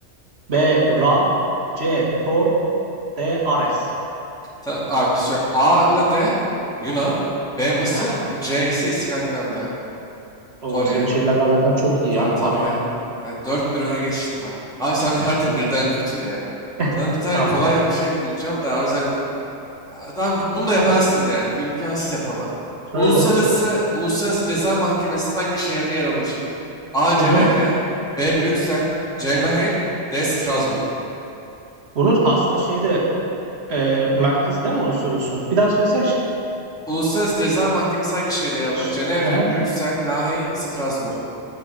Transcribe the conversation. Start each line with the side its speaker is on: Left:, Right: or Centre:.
Right: B. Ra, C. Thor, D. Ares.
Centre: Ta- abi söyle. A ile D Yunan. B Mısır.
Right: Aha.
Centre: C ise İskandinav yani.
Right: Oo
Centre: Sor yani.
Right: senin şeylerle alakan çok iyi
Centre: Tabii
Right: ya.
Centre: tabii
Right: Ana.
Centre: ya. Evet, 4-1 öne geçtim bak. Abi sen <laughs> artık
Right: Evet.
Centre: birden kurtul ya.
Right: <laughs>
Centre: Sana bir tane
Right: Tamam.
Centre: kolay bir şey bulacağım da abi sen Aa, Tamam bunu da yaparsın yani. İmkansız yapamam.
Right: Söyle
Centre: Uluslararası
Right: bakalım.
Centre: Uluslararası Ceza Mahkemesi hangi şehirde yer alır? A.
Right: Hı
Centre: Cenevre
Right: hı.
Centre: B. Brüksel C. Lahey D. Strasbourg
Right: Bunun aslında şeyde e, merkezi değil mi bunu soruyorsun? Bir daha söylesene
Centre: Uluslararası Ceza Mahkemesi hangi şehirde yer alır?
Right: şıkları.
Centre: Cenevre, Brüksel, Lahey, Strasbourg.